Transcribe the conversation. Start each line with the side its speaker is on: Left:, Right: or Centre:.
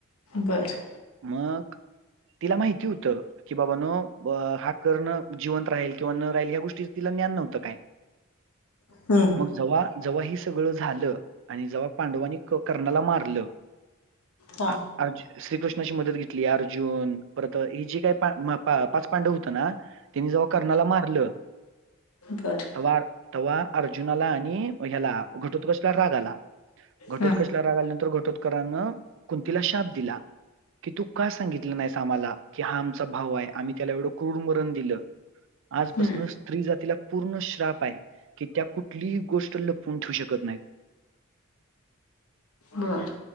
Left: बरं
Right: मग तिला माहिती होतं की बाबा नो ब हा कर्ण जिवंत राहील किंवा न राहील ह्या गोष् टीचा तिला ज्ञान नव्हतं काय
Left: हम्म
Right: मग जव्हा जव्हा हे सगळं झालं आणि जव्हा पांडवांनी क कर्णाला मारलं
Left: हा
Right: अ अ अज श्रीकृष्णाची मदत घेतली अर्जुन परत ही जी ते प म पाच पांडव होतं ना त्यांनी जव्हा कर्णाला मारलं
Left: बरं
Right: तव्हा तव्हा अर्जुनाला आणि ह्याला घटोत्कचला राग आला घटोत्कच
Left: हम्म
Right: ला रागाल्यानंतर घटोतकरांनं कुंतीला शाप दिला. कि तू का सांगितली नाहीस आम्हाला की हा आमचा भाव आहे आम्ही त्याला एवढं क्रूर मरण दिलं. आजपासनं
Left: हम्म
Right: स्त्री जातीला पूर्ण श्राप आहे की त्या कुठलीही गोष्ट लपून ठेवू शकत नाहीत.
Left: बर